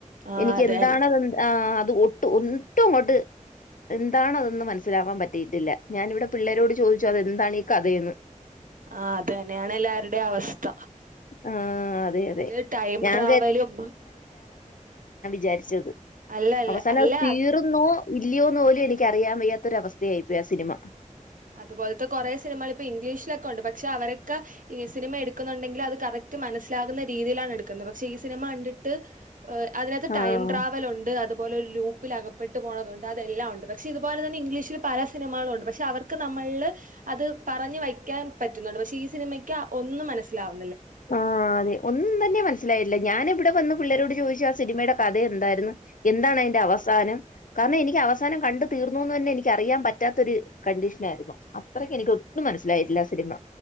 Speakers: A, on the right; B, on the left.
A: ആഹ്
B: എനിക്ക്
A: അത്
B: എന്താണതെന്ന്
A: തന്നെ
B: ആ അത് ഒട്ടും ഒട്ടുംങ്ങോട്ട് എന്താണ് അതെന്ന് മനസ്സിലാവാൻ പറ്റിയിട്ടില്ല ഞാനിവിടെ പിള്ളേരോട് ചോദിച്ചു അതെന്താണ് ഈ കഥയെന്ന്
A: ആ അ തെന്നെയാണ് എല്ലാവരുടെ അവസ്ഥ
B: ആഹ് അതെ
A: അതില്
B: അതെ
A: ടൈം
B: ഞാൻ
A: ട്രാവലും
B: ചാരിച്ചത്
A: അല്ല അല്ല
B: അവസാനം
A: അല്ല
B: അത് തീർന്നോ ഇല്ലയോന്ന് പോലും എനിക്കറിയാൻ വയ്യാ രവസ്ഥയായി പോയി അ സിനിമ
A: അതുപോലത്തെ കൊറെ സിനിമ ഇപ്പൊ ഇംഗ്ലീഷിലൊക് ക്കൊണ്ട് പക്ഷെ അവരൊക്കെ ഈ സിനിമ എടുക്കുന്നുണ്ടെങ്കിൽ അത് കറക്റ്റ് മനസ്സിലാകുന്ന രീതിയിലാണ് എടുക്കുന്നത് പക്ഷെ ഈ സിനിമ കണ്ടിട്ട് അതിനകത്ത്
B: ആഹ്
A: ടൈം ട്രാവൽ ഉണ്ട് അത് പോലെ ലൂപ്പിലകപ്പെട്ട് പോണതുണ്ട് അതെല്ലാ ഉണ്ട് പക്ഷെ ഇതുപോലെ തന്നെ ഇംഗ്ലീഷിൽ പല സിനമകളൊണ്ട് പക്ഷെ അവർക്ക് ക്ക് നമ്മളില്ല് അത് പറഞ്ഞു വയ്ക്കാൻ പറ്റുന്നുണ്ട് പക്ഷെ ഈ സിനിമയ്ക്ക് ഒന്നും മനസ്സിലാവു
B: ആ അതെ ഒന്നും തന്നെ മനസ്സിലായില്ല ഞാനി ഇവിടെ വന്ന് പിള്ളേരോട് ചോദിച്ചു ആ സിനിമയുടെ കഥ എന്തായിരുന്നു എന്താണ് അതിന്റെ അവസാനം കാരണം എനിക്ക് അവസാനം കണ്ട തീർന്നുന്ന് തന്നെ എനിക്ക് അറിയാൻ പറ്റാത്തൊ ഒരു കണ്ടീഷനായിയിരുന്നു അത്രക്ക് എനിക്ക് ഒട്ടും മനസ്സിലായിട്ടില്ല ആ സിനിമ